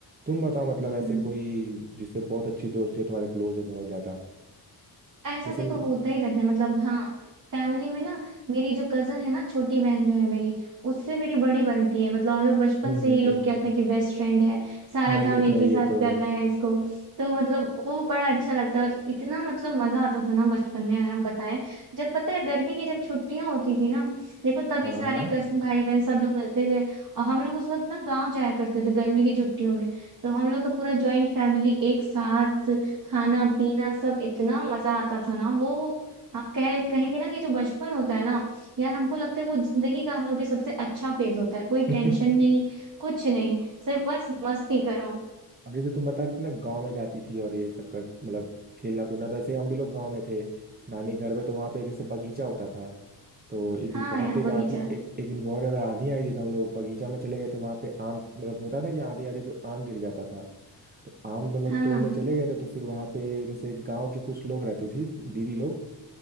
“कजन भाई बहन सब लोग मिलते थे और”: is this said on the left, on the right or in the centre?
Right